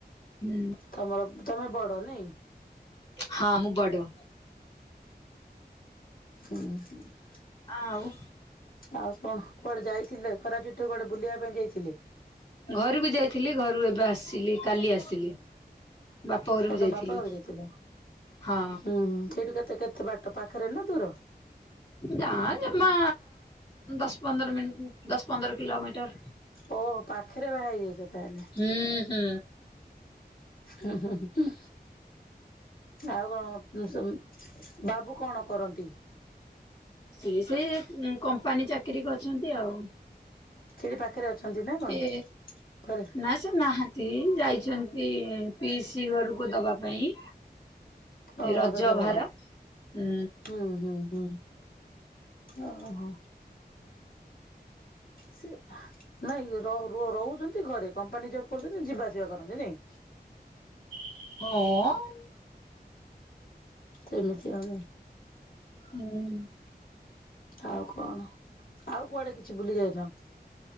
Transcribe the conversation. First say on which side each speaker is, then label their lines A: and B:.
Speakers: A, on the left; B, on the left.
A: ହୁଁ।
B: ତମର ତମେ ବଡ ନାଇ?
A: ହଁ ମୁଁ ବଡ।
B: <inaudible>
A: ଆଉ
B: ଆଉ କଣ କୁଆଡେ ଯାଇଥିଲେ ଖରା ଛୁଟି କୁଆଡେ ବୁଲିବା ପାଇଁ ଯାଇଥିଲେ।
A: ଘରକୁ ଯାଇଥିଲି ଘରୁ ଏବେ ଆସିଲି କାଲି ଆସିଲି। ବାପ ଘରକୁ
B: ତଁ
A: ଯାଇଥିଲୁ।
B: ତମ ବାପା ଘରୁ ଯାଇଥିଲ।
A: ହଁ
B: ହୁଁ ସେଇଠୁ କେତେ କେତେ ବାଟ ପାଖରେ ନା ଦୂର।
A: ଯା ଜମା ଦଶ ପନ୍ଦର ମିିନିଟ ଦଶ ପନ୍ଦର କିଲୋମିଟର।
B: ଓହୋ ପାଖରେ ବାହା ହେଇଯାଇଛ ତାହେଲେ।
A: ହୁଁ ହୁଁ।
B: ହୁଁ ହୁଁ ଆଉ କଣ। ବାବୁ କଣ କରନ୍ତି।
A: ସିଏ ସେ କମ୍ପାନୀ ଚାକିରୀ ଅଛନ୍ତି ଆଉ।
B: ସେଠି ପାଖରେ ଅଛନ୍ତି ନା କଣ
A: ଏ
B: ଘରେ?
A: ନା। ସେ ନାହାନ୍ତି ଯାଇଛନ୍ତି ପିସି ଘରକୁ ଦବା ପାଇଁ।
B: ଓହୋ
A: ରଜ
B: ରୋଜଗାର
A: ଭାର ହୁଁ।
B: ହୁଁ ହୁଁ ହୁଁ ଓ ହୋ। ସେ ନାଇଁ ରହୁଛନ୍ତି ଘରେ କମ୍ପାନୀ ଜବ୍ କରୁଛନ୍ତି ଯିବା ଆସିବା କରନ୍ତି ନାଇଁ।
A: ହଁ।
B: ସେମିତି ଆମେ।
A: ହୁଁ।
B: ଆଉ କଣ ଆଉ କୁଆଡେ କିଛି ବୁଲି ଯାଇନ।